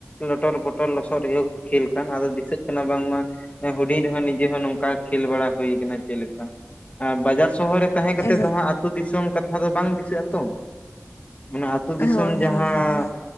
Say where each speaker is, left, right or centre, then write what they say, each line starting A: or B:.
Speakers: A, on the left; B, on the left.
A: ᱞᱚᱴᱚᱨ ᱯᱚᱴᱚᱨ ᱞᱚᱥᱚᱫ ᱨᱮᱜᱮ ᱠᱚ ᱠᱷᱮᱞ ᱠᱟᱱ ᱟᱫᱚ ᱫᱤᱥᱟᱹᱜ ᱠᱟᱱᱟ ᱵᱟᱝᱢᱟ ᱦᱩᱰᱤᱧ ᱨᱮᱦᱚᱸ ᱱᱤᱡᱮ ᱦᱚᱸ ᱱᱚᱝᱠᱟ ᱠᱷᱮᱞ ᱵᱟᱲᱟ ᱦᱩᱭ ᱠᱟᱱᱟ ᱪᱮᱫ ᱞᱮᱠᱟ ᱾ ᱟ ᱵᱟᱡᱟᱨ ᱥᱚᱦᱚᱨ ᱨᱮ ᱛᱟᱦᱮᱸ ᱠᱟᱛᱮᱫ
B: ᱮᱠᱫᱚᱢ
A: ᱫᱚ ᱦᱟᱸᱜ ᱟᱹᱛᱩ ᱫᱤᱥᱚᱢ ᱠᱟᱛᱷᱟ ᱫᱚ ᱵᱟᱝ ᱫᱤᱥᱟᱹᱜ ᱟᱛᱚ ᱢᱟᱱᱮ ᱟᱹᱛᱩ ᱫᱤᱥᱚᱢ
B: ᱦᱳᱭ
A: ᱡᱟᱦᱟᱸ
B: ᱦᱳᱭ ᱦᱳᱭ